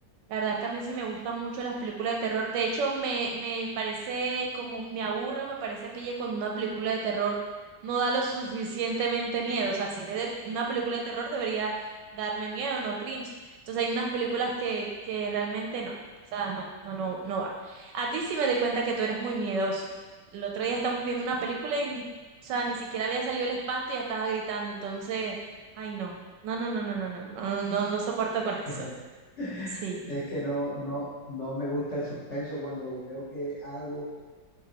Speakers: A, on the right; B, on the left.
A: La verdad es que a mí sí me gustan mucho las películas de terror. De hecho, me, me parece como, me aburre o me parece pille cuando una película de terror no da lo suficientemente miedo. O sea, si eres de una película de terror debería darme miedo, no cringe. Entonces hay unas películas que, que realmente no. O sea, no, no, no, no va. A ti sí me di cuenta que tú eres muy miedoso. El otro día estamos viendo una película y, o sea, ni siquiera había salido el espanto y ya estabas gritando. Entonces, ay no. No, no, no, no, no, no, no, no, no soporto con eso.
B: <laughs>
A: Sí.
B: Es que no, no, no me gusta el suspenso cuando veo que algo